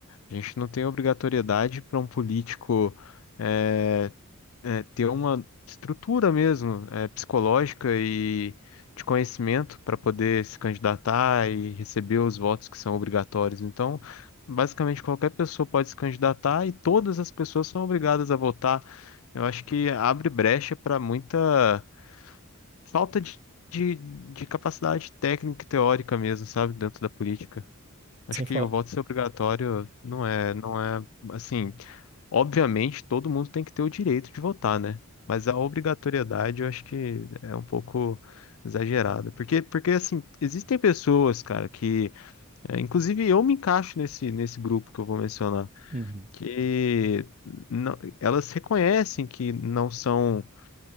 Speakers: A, on the left; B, on the right.
A: A gente não tem obrigatoriedade para um político eh, é, ter uma estrutura mesmo, é, psicológica e de conhecimento para poder se candidatar e receber os votos que são obrigatórios. Então, basicamente qualquer pessoa pode se candidatar e todas as pessoas são obrigadas a votar. Eu acho que abre brecha para muita falta de, de, de capacidade técnica e teórica mesmo, sabe, dentro da política. Acho
B: Sem
A: que
B: falar.
A: o
B: eu-
A: voto ser obrigatório não é, não é assim. Obviamente, todo mundo tem que ter o direito de votar, né? Mas a obrigatoriedade eu acho que é um pouco exagerada. Porque, porque assim, existem pessoas, cara, que. é, inclusive, eu me encaixo nesse, nesse grupo que eu vou mencionar,
B: Uhum.
A: que não- elas reconhecem que não são